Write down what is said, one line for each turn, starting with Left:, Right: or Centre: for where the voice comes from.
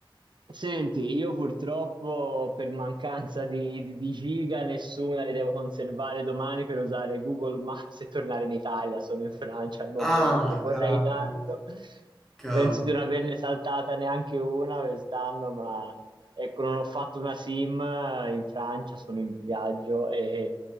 Right: Senti, io purtroppo per mancanza di, di- di giga nessuna le devo conservare domani per usare Google Maps e tornare in Italia. Sono in Francia al momento,
Centre: Ah,
Right: vorrei
Centre: cavolo.
Right: tanto.
Centre: Cavolo.
Right: Penso di non averne saltata neanche una quest'anno, ma ecco, non ho fatto una SIM eh, in Francia, sono in viaggio e,